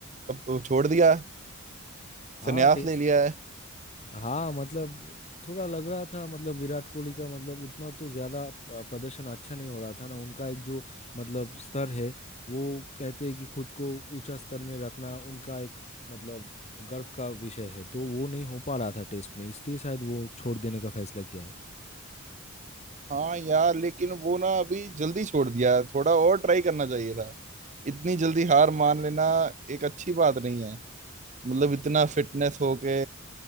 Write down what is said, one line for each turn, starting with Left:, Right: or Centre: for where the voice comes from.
Right: कब- छोड़ दिया
Left: हाँ
Right: संन्यास
Left: टेस्ट
Right: ले लिया
Left: हाँ मतलब थोड़ा लग रहा था मतलब विराट कोहली का मतलब उतना तो ज्यादा प- प्रदर्शन अच्छा नहीं हो रहा था ना उनका एक जो मतलब स्तर है वो कहते हैं कि खुद को ऊंचा स्तर में रखना उनका एक मतलब गर्व का विषय है तो वो नहीं हो पा रहा था टेस्ट में इसलिए शायद वो छोड़ देने का फैसला किया है
Right: हाँ यार लेकिन वो ना अभी जल्दी छोड़ दिया थोड़ा और ट्राई करना चाहिए था इतनी जल्दी हार मान लेना एक अच्छी बात नहीं है मतलब इतना फिटनेस होके